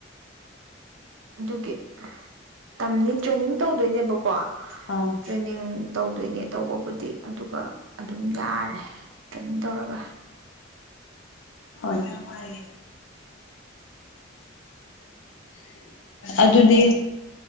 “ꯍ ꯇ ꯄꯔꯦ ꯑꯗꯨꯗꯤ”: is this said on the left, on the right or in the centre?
Left